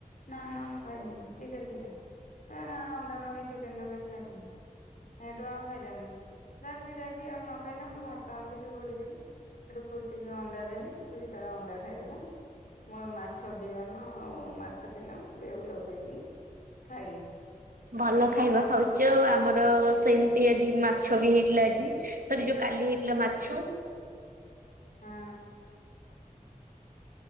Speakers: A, on the left; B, on the right.
A: ନା ନା ମୁଁ ଖାଇବି ନେଇଁ। ଚିକେନ ଥିଲା ଏ ନା ଅଣ୍ଡା ନଗେଇ ଚିକେନ ନଗେଇ ଖାଇମିନି। ସେଠୁ ଆଉ ଖାଇଲାନେଇ ଡାକି ଡାକି ଆଉ ନ ଖାଇଲା ମୁଁ ଭାତ ଆଣିଥିଲି ଘୁରିଦେଲି। ସେଠୁ ଖୁସିିକି ଅଣ୍ଡା ଦେଲି ଖୁସି ତାର ଅଣ୍ଡା ଖାଇଦେଲା। ମୋର ମାଛ ବିହନ ଆଉ ମାଛ ଥିଲା ମୁଁ ସେଇଆକୁ ଲଗେଇକି ଖାଇଲି।
B: ଭଲ ଖାଇବା ଖାଉଚ ଆଉ। ଆମର ସେମତି ଆଜି ମାଛ ବି ହେଇଥିଲା ଆଜି। ସରି ଯୋଉ କାଲି ହେଇଥିଲା ମାଛ।
A: ହଁ।